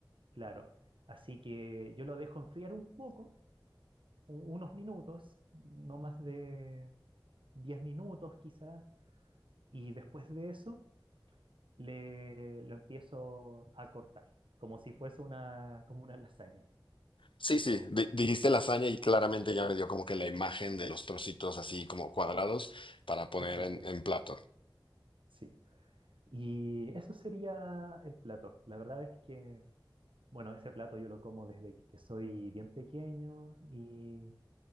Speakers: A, on the right (about 90°); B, on the left (about 85°).
A: claro. Así que yo lo dejo enfriar un poco, u- unos minutos, no más de 10 minutos quizás, y después de eso le, lo empiezo a cortar, como si fuese una, como una lasaña.
B: Sí, sí, di- dijiste lasaña y claramente ya me dio como que la imagen de los trocitos así como cuadrados para poner
A: Exacto,
B: en, en plato.
A: sí. Y eso sería el plato. La verdad es que Bueno, ese plato yo lo como desde que soy bien pequeño y,